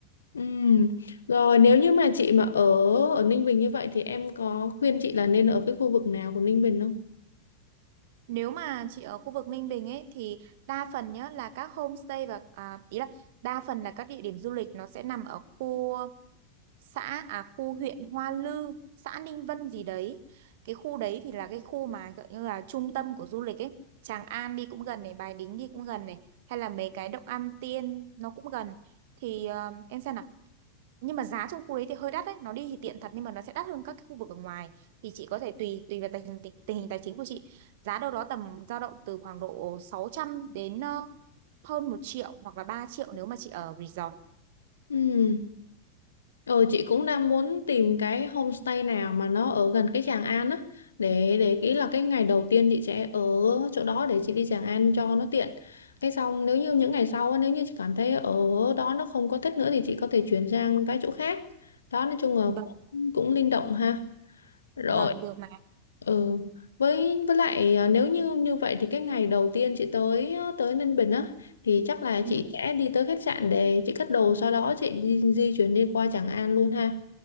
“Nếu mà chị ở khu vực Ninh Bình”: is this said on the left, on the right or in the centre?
Right